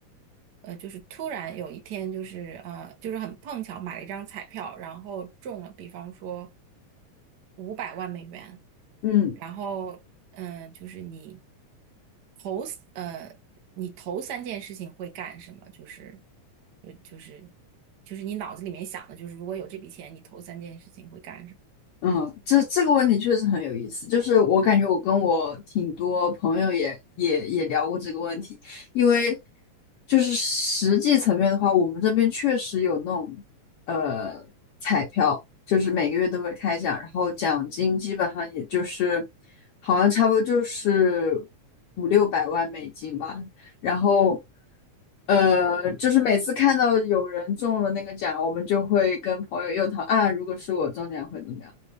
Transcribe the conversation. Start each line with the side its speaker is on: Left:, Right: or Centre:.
Right: 呃，就是突然有一天，就是呃，就是很碰巧买了一张彩票，然后中了，比方说五百万美元，
Left: 嗯。
Right: 然后嗯、呃就是你头呃，你头三件事情会干什么？就是就就是就是你脑子里面想的，就是如果有这笔钱，你头三件事情会干什么？
Left: 嗯，这这个问题确实很有意思，就是我感觉我跟我挺多朋友也也也聊过这个问题，因为就是实际层面的话，我们这边确实有那种呃彩票，就是每个月都会开奖，然后奖金基本上也就是好像差不多就是五六百万美金吧，然后呃，就是每次看到有人中了那个奖，我们就会跟朋友又讨啊，如果是我中奖会怎么样？